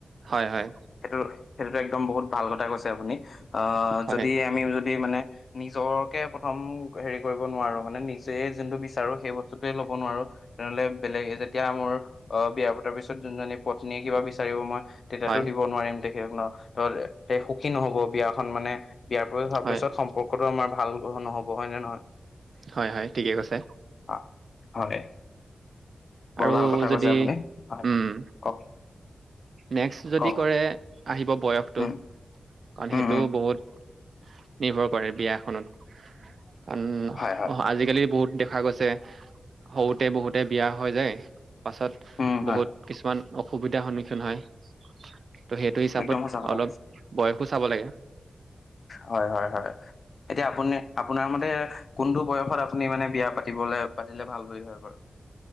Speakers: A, on the right (about 70°); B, on the left (about 60°).
A: হয় হয়
B: সেইটো সেইটোতো একদম বহুত ভাল কথা কৈছে আপুনি আহ
A: হয়
B: যদি আমিও যদি মানে নিজকে প্ৰথম হেৰি কৰিব নোৱাৰো মানে নিজ যোনটো বিচাৰো সেই বস্তুতয়ে ল'ব নোৱাৰো তেনেহ'লে বেলেগ তেতিয়া মোৰ অ বিয়া পতাৰ পিছত যোন জী পত্নীয়ে কিবা বিচাৰিব মই তেতিয়াতো
A: হয়
B: দিব নোৱাৰিম দে সুখী নহব বিয়াখন মানে বিয়াৰ হোৱাৰ
A: হয়
B: পিছত সম্পৰ্কটো আমাৰ ভাল নহ'ব হয় নে নহয়
A: হয় হয় ঠিকে কৈছে
B: অ হয় বৰ
A: আৰু
B: ভাল কথা কৈছে
A: যদি
B: আপুনি হয়
A: উম
B: কওক
A: নেক্সট যদি
B: কওক
A: কৰে আহিব বয়সতটো
B: উম
A: কাৰণ
B: উম
A: সেইটো
B: উম
A: বহুত নিৰ্ভৰ কৰে বিয়াখনত কাৰণ
B: হয় হয়
A: অ আজিকালি বহুত দেখা গৈছে যে সৰুতে বহুতে বিয়া হৈ যায় পাছত
B: উম হয়
A: বহুত কিছুমান অসুবিধাৰ সন্মুখীন হয় ত' সেইটো হিচাপত
B: একদম সঁচা কথা
A: অলপ বয়সো চাব লাগে
B: হয় হয় হয় এতিয়া আপুনি আপোনাৰ মতে কোনটো বয়সত আপুনি মানে বিয়া পাতিবলে পাতিলে ভাল হয় বাৰু